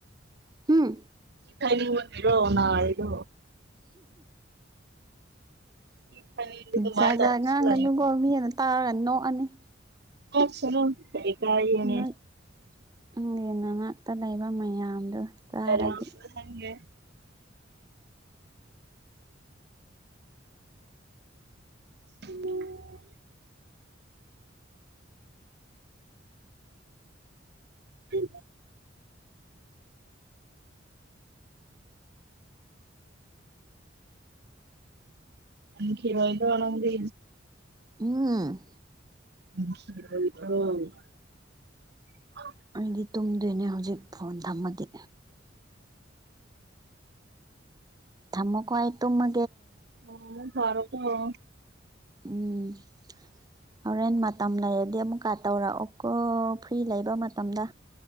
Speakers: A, on the right; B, on the right.
A: ꯍꯝ
B: ꯀꯥꯏꯅꯤꯡꯔꯣ ꯅꯔꯣ ꯁꯤ ꯐꯥꯏꯅꯤꯡꯕꯒꯤ ꯑꯗꯨꯃꯥꯏꯅ
A: ꯖꯥꯠ ꯖꯥ
B: ꯇꯧꯕꯁꯨ
A: ꯉꯥꯡꯉꯅꯨꯀꯣ
B: ꯂꯩꯕꯅꯦ
A: ꯃꯤꯑꯅ ꯇꯥꯔꯅꯤ ꯅꯣꯛꯑꯅꯤ
B: ꯑ ꯁꯔꯣ ꯀꯔꯤ ꯀꯅꯦ
A: ꯅꯪ ꯅꯪꯒꯤ ꯅꯅꯥꯛꯇ ꯂꯩꯕ ꯃꯌꯥꯝꯗꯨꯣ ꯇꯥꯔꯗꯤ
B: ꯚꯥꯏꯔꯦꯜ ꯆꯠꯍꯟꯒꯦ ꯎꯝ ꯎ ꯑ ꯀꯤꯔꯣꯏꯗ ꯋꯥꯅꯗ
A: ꯎꯝ
B: <unintelligible>
A: ꯑꯩꯗꯤ ꯇꯨꯝꯗꯣꯏꯅꯦ ꯍꯧꯖꯤꯛ ꯐꯣꯟ ꯊꯝꯃꯗꯤ ꯊꯃꯀꯣ ꯍꯥꯏ ꯇ ꯃ
B: ꯑꯣ ꯐꯔ ꯀ ꯍ
A: ꯎꯝ ꯍꯣꯔꯦꯟ ꯃꯇꯝ ꯂꯩꯔꯗꯤ ꯑꯃꯨꯛꯀ ꯇꯧꯔꯛꯑꯣꯀꯣ ꯐ꯭ꯔꯤ ꯂꯩꯕ ꯃꯇꯝꯗ